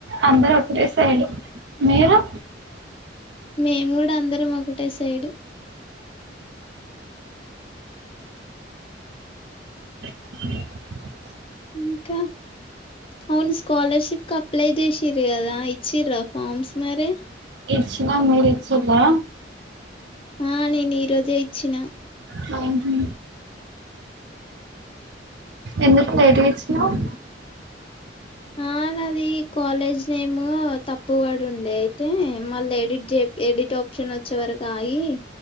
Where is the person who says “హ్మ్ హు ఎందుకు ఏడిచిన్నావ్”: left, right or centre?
Right